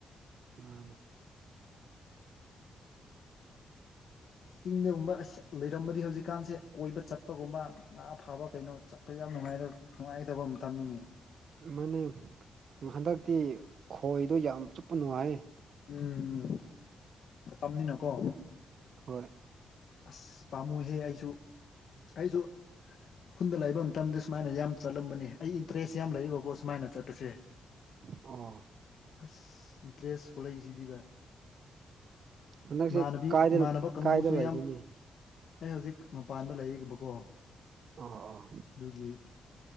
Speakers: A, on the right (about 60°); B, on the left (about 65°).
A: ꯃꯥꯅꯦ
B: ꯆꯤꯡꯗꯒꯨꯝꯕ ꯑꯁ ꯂꯩꯔꯝꯕꯗꯤ ꯍꯧꯖꯤꯛ ꯀꯥꯟꯁꯦ ꯀꯣꯏꯕ ꯆꯠꯄꯒꯨꯝꯕ ꯉꯥ ꯐꯥꯕ ꯀꯩꯅꯣ ꯆꯠꯄ ꯌꯥꯝ ꯅꯨꯡꯉꯥꯢꯗ ꯅꯨꯡꯉꯥꯏꯒꯗꯕ ꯃꯇꯝꯅꯤꯅꯦ
A: ꯃꯅꯦ ꯍꯟꯗꯛꯇꯤ ꯈꯣꯏꯗꯣ ꯌꯥꯝ ꯆꯨꯞꯄ ꯅꯨꯡꯉꯥꯏꯌꯦ
B: ꯎꯝꯎꯝ ꯈꯇꯝꯅꯤꯅꯀꯣ
A: ꯍꯣꯏ
B: ꯑꯁ ꯄꯥꯃꯨꯍꯦ ꯑꯩꯁꯨ ꯑꯩꯁꯨ ꯈꯨꯈꯨꯟꯗ ꯂꯩꯕ ꯃꯇꯝꯗ ꯁꯨꯃꯥꯏꯅ ꯌꯥꯝ ꯆꯠꯂꯝꯕꯅꯤ ꯑꯩ ꯏꯟꯇꯔꯦꯁ ꯌꯥꯝ ꯂꯩꯕꯀꯣ ꯁꯨꯃꯥꯏꯅ ꯆꯠꯄꯁꯦ <unintelligible>
A: ꯑꯥ
B: ꯑꯁ ꯏꯟꯇꯔꯦꯁ ꯊꯣꯛꯂꯛꯏꯁꯤꯗꯤꯕ
A: ꯍꯟꯗꯛꯁꯦ
B: ꯏꯃꯥꯟꯅꯕꯤ
A: ꯀꯥꯏꯗ
B: ꯏꯃꯥꯟꯅꯕ ꯀꯥꯡꯕꯨꯁꯨ
A: ꯀꯥꯏꯗ ꯂꯩꯒꯅꯤ
B: ꯌꯥꯝ ꯑꯩ ꯍꯧꯖꯤꯛ ꯃꯄꯥꯟꯗ ꯂꯩꯔꯤꯕꯈꯤꯕꯀꯣ
A: ꯑꯣ ꯑꯣ
B: ꯑꯗꯨꯒꯤ